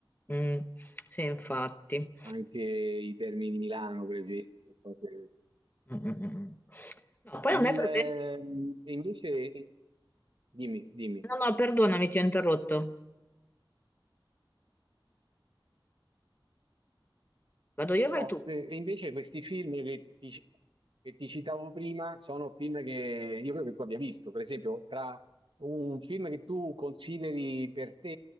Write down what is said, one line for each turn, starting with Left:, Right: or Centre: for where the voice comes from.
Left: mm, sì, infatti.
Right: Anche i termini di Milano, per esempio, cose
Left: Mm, mm, mm. mm. No, poi
Right: Il,
Left: a me, per
Right: ehm,
Left: esempio,
Right: e invece, dimmi, dimmi.
Left: no, no, perdonami, ti ho interrotto. Vado io, o
Right: No,
Left: vai tu.
Right: e e invece questi film che ti, ci- che ti citavo prima sono film che io credo che tu abbia visto. Per esempio, tra un film che tu consideri per te,